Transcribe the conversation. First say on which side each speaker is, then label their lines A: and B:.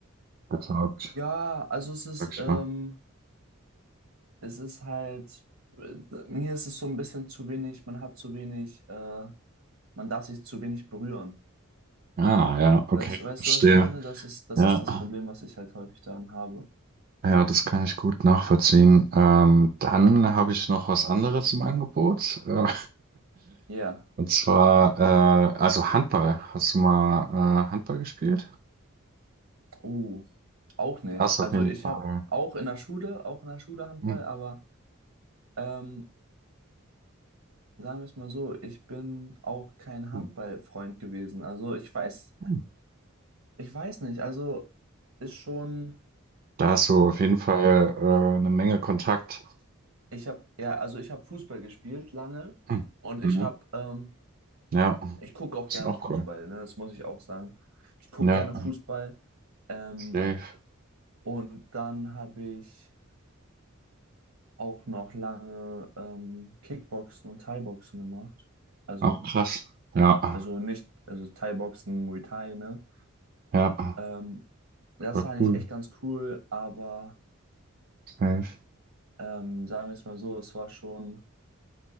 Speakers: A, on the right (about 45°); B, on the right (about 80°).
A: getaugt,
B: ja, also es ist,
A: sag ich
B: ähm,
A: mal.
B: es ist halt, äh, mir ist es so ein bisschen zu wenig, man hat zu wenig, äh, man darf sich zu wenig berühren.
A: Ah, ja, okay,
B: Weißt, weißt
A: verstehe.
B: du, was ich meine? Das ist, das
A: Ja,
B: ist das Problem, was ich halt häufig daran habe.
A: ja, das kann ich gut nachvollziehen. Ähm, dann habe ich noch was anderes im Angebot. Äh,
B: Ja,
A: und zwar, äh, also Handball. Hast du mal äh, Handball gespielt?
B: oh, auch nicht.
A: Da hast du
B: Also
A: auf jeden
B: ich
A: Fall,
B: habe auch in der Schule, auch in der Schule Handball,
A: hm,
B: aber. Ähm, Sagen wir es mal so, ich bin auch kein Handballfreund
A: hm,
B: gewesen. Also ich weiß,
A: hm.
B: ich weiß nicht. Also ist schon,
A: da hast du auf jeden Fall äh, eine Menge Kontakt.
B: ich habe ja, also ich habe Fußball gespielt lange
A: Hm.
B: und
A: Mhm.
B: ich habe, ähm,
A: Ja,
B: ich gucke auch
A: das
B: gerne
A: ist auch
B: Fußball,
A: cool.
B: ne? Das muss ich auch sagen. Ich gucke
A: Ja,
B: gerne Fußball. Ähm,
A: safe.
B: und dann habe ich auch noch lange ähm, Kickboxen und Thai-Boxen gemacht. Also,
A: Ah, krass. Ja,
B: also nicht, also Thai-Boxen, Muay Thai, ne?
A: ja,
B: Ähm, das
A: voll
B: war eigentlich
A: cool.
B: echt ganz cool, aber
A: Safe.
B: ähm, sagen wir es mal so, es war schon,